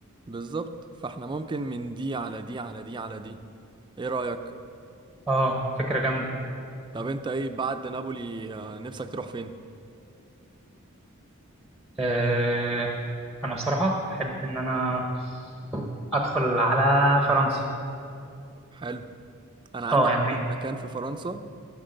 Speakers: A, on the right; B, in the centre.
A: بالظبط فاحنا ممكن من دي على دي على دي على دي ايه رأيك
B: اه فكره جامده
A: طب انت ايه بعد نابولي آه، نفسك تروح فين
B: آه... انا بصراحه احب ان انا ادخل على فرنسا
A: حلو انا عندي
B: اه
A: حتة
B: يعني
A: مكان في فرنسا